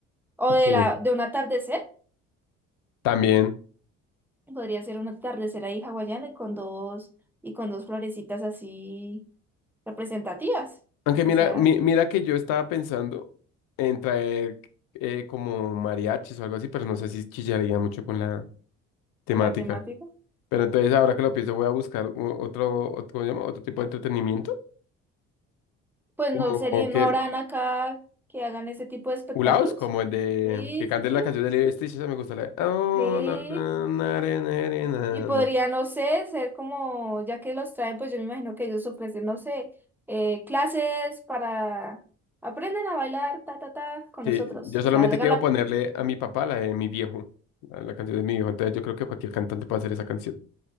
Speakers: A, in the centre; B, on the left.
A: O
B: <laughs>
A: de
B: Sí.
A: la, de un atardecer.
B: También,
A: Podría ser un atardecer ahí hawaiano y con dos, y con dos florecitas así representativas, para
B: aunque
A: que
B: mira,
A: sea
B: mi- mira que yo estaba pensando en traer eh, como mariachis o algo así, pero no sé si chillaría mucho con la... temática.
A: con la temática.
B: Pero entonces ahora que lo pienso voy a buscar u- otro, otro, ¿cómo se llama? Otro tipo de entretenimiento.
A: Pues
B: Como
A: no sería, no
B: que,
A: habrán acá que hagan ese tipo de espectáculos.
B: ulaos, como el de
A: Sí,
B: que canten
A: sí, sí.
B: la canción de Lilo y Stitch, esa me gusta la de, "Oh,
A: Sí.
B: na, na, na, re, na, re, na,
A: Y podría,
B: na".
A: no sé, ser como, ya que los traen, pues yo me imagino que ellos ofrecen, no sé, eh, clases para aprendan a bailar, ta, ta, ta, con
B: Sí,
A: nosotros.
B: yo solamente
A: O sea, hagan
B: quiero
A: la...
B: ponerle a mi papá la de mi viejo, la, la canción de mi viejo. Entonces yo creo que cualquier cantante puede hacer esa canción.